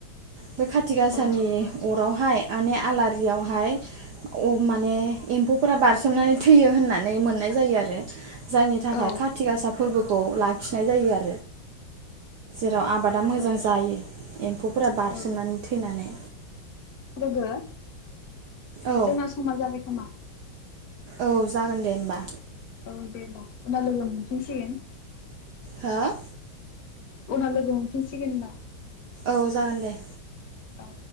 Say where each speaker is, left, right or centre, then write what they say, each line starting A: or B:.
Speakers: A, on the right (about 60°); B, on the left (about 50°).
A: बे खाथि गाासानि
B: औ औ
A: अरावहाय माने आलारियावहाय माने एम्फौ फोरा बार सोमनानै थैयो होननानै मोननाय जायो आरो जायनि थाखाय
B: औ
A: कार्तिक आसा फोरबोखौ लाखिनाय जायो आरो। जेराव आबादा मोजां
B: औ
A: जायो एम्फौफोरा बारसोमनानै
B: औ
A: थैनानै।
B: <unintelligible>
A: औ
B: जोंना समा जाबाय खोमा
A: औ जागोन दे होमबा।
B: औ दे द' उना लोगो मोनफिनसिगोन।
A: हो?
B: उनाव लोगो हमफिनसिगोन ना?
A: औ जागोन दे।
B: औ।